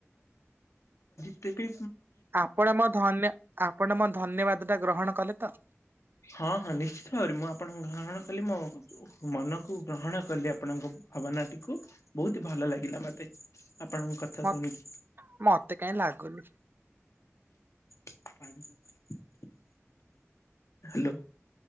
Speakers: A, on the left; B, on the right.
A: ତେବି
B: ଆପଣ ମୋ ଧନ୍ୟ ଆପଣ ମୋ ଧନ୍ୟବାଦ ଟା ଗ୍ରହଣ କଲେ ତ?
A: ହଁ ହଁ ନିଶ୍ଚିତ ଭାବରେ ମୁଁ ଆପଣ ଗ୍ରହଣ କଲି ମୋ ମନକୁ ଗ୍ରହଣ କଲି ଆପଣଙ୍କ ଭାବନାଟିକୁ ବହୁତ ଭଲ ଲାଗିଲା ମତେ। ଆପଣଙ୍କ କଥା
B: ମ
A: ଶୁଣିକି
B: ମତେ କାହିଁ ଲାଗୁନି।
A: <unintelligible> ହ୍ୟାଲୋ।